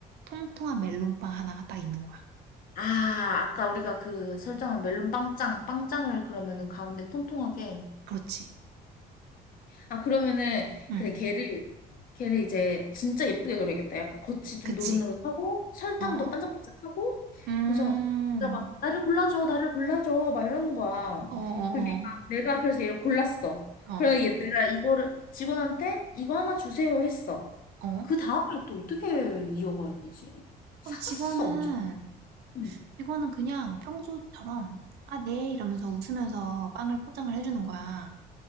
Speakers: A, on the right (about 70°); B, on the left (about 55°).
A: 통통한 멜론빵 하나가 딱 있는 거야.
B: 아, 아까 우리가 그 설정한 멜론 빵짱. 빵짱을 그러면은 가운데 통통하게.
A: 그렇지.
B: 아, 그러면은,
A: 응.
B: 그래, 걔를, 걔를 이제 진짜 예쁘게 그려야겠다. 약간 겉이 좀
A: 그치.
B: 노릇노릇하고, 설탕도
A: 어?
B: 반짝반짝하고,
A: 음.
B: 그래서, 진짜 막, 나를 골라줘, 나를 골라줘, 막 이러는 거야.
A: 어, 어,
B: 그리고 얘가, 내가 그래서 얘를 골랐어.
A: 어. 어.
B: 그래서 얘, 내가 이거를 직원한테 이거 하나 주세요 했어.
A: 어?
B: 그 다음에 또 어떻게 이어가야 되지? 샀어,
A: 그럼 직원은
B: 어쨌든. 음,
A: 직원은 그냥 평소처럼 아, 네 이러면서 웃으면서 빵을 포장을 해주는 거야.